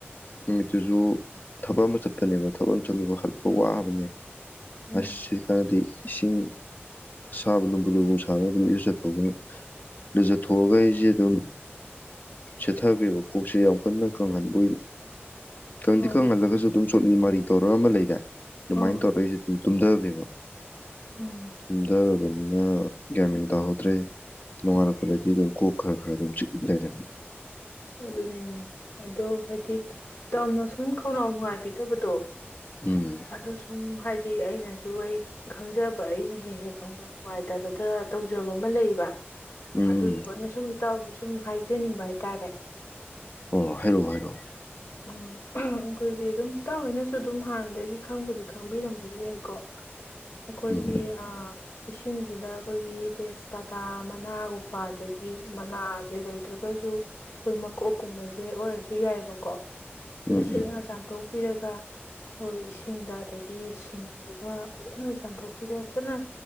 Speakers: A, on the left; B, on the left.
A: ꯅꯨꯃꯤꯠꯇꯨꯁꯨ ꯊꯕꯛ ꯑꯃ ꯆꯠꯄꯅꯦꯕ ꯊꯕꯛ ꯑꯃ ꯆꯠꯂꯨꯕ ꯍꯛꯄ ꯋꯥꯕꯅꯦ
B: ꯎꯝ
A: ꯑꯁ ꯀꯥꯟꯗꯤ ꯏꯁꯤꯡ ꯁꯥꯕ ꯂꯨꯝꯕꯨ ꯂꯨꯕꯨ ꯁꯥꯕ ꯑꯗꯨꯝ ꯌꯨꯖꯠꯊꯣꯛꯈꯤꯕꯦꯅꯤ ꯂꯨꯖꯠꯊꯣꯛꯑꯒ ꯑꯩꯁꯦ ꯑꯗꯨꯝ ꯁꯦꯠꯊꯈ꯭ꯔꯦꯕ ꯀꯣꯛꯁꯦ ꯌꯥꯝ ꯀꯟꯅ ꯀꯪꯍꯟꯕ ꯑꯣꯏ ꯈꯪꯗꯤ
B: ꯎꯝ
A: ꯀꯪꯍꯜꯂꯒꯁꯨ ꯑꯗꯨꯝ ꯁꯣꯠꯂꯤ ꯃꯥꯔꯤ ꯇꯧꯔ ꯑꯃ ꯂꯩꯗꯥ ꯑꯗꯨꯃꯥꯏꯅ
B: ꯎꯝ
A: ꯇꯧꯔ ꯑꯩꯁꯦ ꯑꯗꯨꯝ ꯇꯨꯝꯊꯅꯦꯕ
B: ꯎꯝ
A: ꯇꯨꯝ ꯑꯗꯨꯅ ꯒ꯭ꯌꯥꯃꯤꯡ ꯇꯥꯍꯧꯗ꯭ꯔꯦ ꯅꯣꯡꯉꯥꯜꯂꯛꯄꯗꯗꯤ ꯑꯗꯨꯝ ꯀꯣꯛ ꯈꯔ ꯈꯔ ꯑꯗꯨꯝ ꯂꯩꯔꯝꯃꯤ
B: ꯑꯗꯨꯅꯤꯅꯦ ꯑꯗꯣ ꯍꯥꯏꯗꯤ ꯇꯝꯅ ꯁꯨꯝ ꯈꯧꯅꯥꯎ ꯅꯨꯡꯉꯥꯏꯕꯤꯗꯕꯗꯣ
A: ꯎꯝ
B: ꯑꯗꯣ ꯁꯨꯝ ꯍꯥꯏ ꯁꯤ ꯑꯩꯅꯁꯨ ꯑꯩ ꯈꯪꯖꯕ ꯑꯩꯅ ꯍꯦꯛ ꯍꯦꯛ ꯍꯧꯅ ꯅꯨꯡꯉꯥꯏꯇꯕꯗ ꯇꯧꯖꯕ ꯑꯃ ꯂꯩꯕ
A: ꯎꯝ
B: ꯑꯗꯨꯅ
A: ꯎꯝ
B: ꯁꯨꯝ ꯏꯇꯥꯎꯗꯣ ꯁꯨꯝ ꯍꯥꯏꯖꯅꯤꯡꯕ ꯍꯥꯏꯇꯥꯔꯦ
A: ꯑꯣ ꯍꯥꯏꯔꯛꯑꯣ ꯍꯥꯏꯔꯛꯑꯣ
B: ꯎꯝ ꯑꯩꯈꯣꯏꯒꯤ ꯑꯗꯨꯝꯇ ꯍꯣꯏꯅꯁꯨ ꯑꯗꯨꯝ ꯍꯥꯟꯅꯗꯒꯤ ꯈꯪꯕꯨꯗꯤ ꯈꯪꯕꯤꯔꯝꯕꯁꯨ ꯌꯥꯏꯀꯣ ꯑꯩꯈꯣꯏꯒꯤ
A: ꯎꯝ
B: ꯑ ꯏꯁꯤꯡꯁꯤꯗ ꯑꯩꯈꯣꯏꯒꯤ ꯇꯦꯖꯄꯇꯥ ꯃꯅꯥꯒꯨꯝꯕ ꯑꯗꯒꯤ ꯃꯅꯥꯁꯦ ꯂꯩꯇ꯭ꯔꯒꯁꯨ ꯑꯩꯈꯣꯏ ꯃꯀꯣꯛꯀꯨꯝꯕꯁꯦ ꯑꯣꯏꯔꯁꯨ ꯌꯥꯏꯑꯕꯀꯣ ꯁꯤ
A: ꯎꯝ
B: ꯁꯦꯡꯅ ꯆꯥꯝꯊꯣꯛꯄꯤꯔꯒ ꯍꯈꯣꯏ ꯏꯁꯤꯡꯗ ꯑꯗꯒꯤ ꯁꯤꯡꯗꯨꯒ ꯐꯖꯅ ꯆꯥꯝꯊꯣꯛꯄꯤꯔꯒ ꯐꯖꯅ